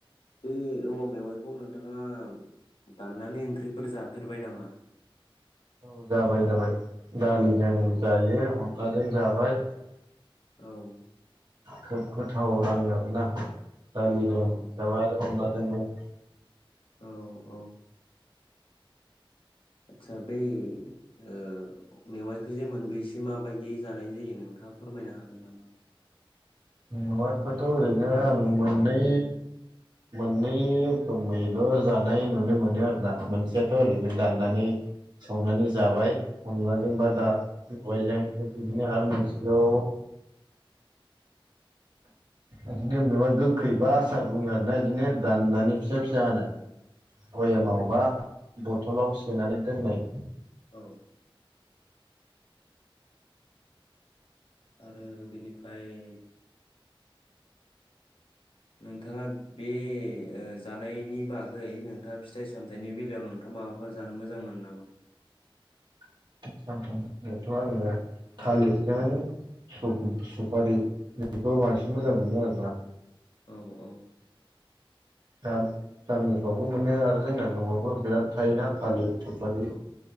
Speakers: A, on the left; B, on the right.
A: बे औवा मेवाइखौ नोंथाङा दाननानै ओंख्रिफोर जा फेरबाय नामा?
B: औ जाबाय जाबाय। दालिजों
A: औ
B: जायो अ नलाजों जाबाय
A: औ
B: खोब गोथाव नांङो आरोना दालिजों‌
A: औ औ
B: दाबाजों अनलाजोंबो
A: औ औ आदसा बै ओ मेवाइखो जे मोनबैसो माबायदि जानाय जायो नोंथांङा फोरमायनो हागोन नामा?
B: मेवाइ खौथ' ओरैनो
A: बायदि
B: आं मोननै
A: बानायना दोनो
B: मोननै रोखोमैल' जानाय नुनो मोनो आरोना मोनसे थ' ओरैनो दाननानै
A: औ औ
B: संनानै जाबाय। अनलाजों बा
A: उम
B: दा सबायजों थिग बिदिनो आरो मोनसेखौ इदिनो मेवाइ गोखैबा आसार बुंङो आरोना इदिनो दा ननानै फिसा फिसा
A: औ
B: हानो भयमावबा
A: औ औ
B: बथलाव सोनानै दोननाय
A: औ आरो बेनिफाय नोंथांङा बे ओ जानायनि बागै नोंथांङा फिथाइ सामथायनि बेलायाव नोंथांङा माबाफोर जानो मोजां मोनो नामा?
B: <unintelligible> आंङो थालिरजों सु-सुफारि बेखौ बांसिन मोजां
A: औ
B: मोनो आरोना।
A: औ औ
B: गा गामिफ्रावबो मोनो आरो जोंना न'आवबो बिराद थायोना थालिर सुफारि
A: औ